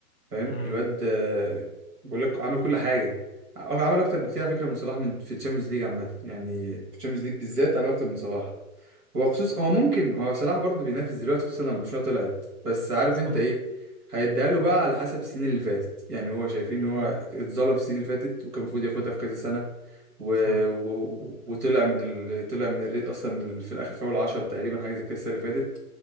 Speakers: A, on the right (about 85°); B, on the left (about 40°).
A: فاهم
B: امم
A: الواد آه، بقول لك عمل كل حاجه ع- عمل اكتر بكتير على فكره من صلاح من في الشامبيونز ليج عامه يعني في الشامبيونز ليج بالذات عمل اكتر من صلاح هو خصوص هو ممكن هو صلاح برضه بينافس دلوقتي خصوصا لما برشلونة طلعت بس عارف
B: صح
A: انت ايه هيديها له بقى على حسب السنين اللي فاتت يعني هو شايفين ان
B: مم.
A: هو اتظلم في السنين اللي فاتت وكان المفروض ياخدها في كذا سنة و...
B: صح
A: و... وطلع من ال... طلع من الريت اصلا ال- في الاخر في اول 10 تقريبا حاجة زي كده السنة اللي فاتت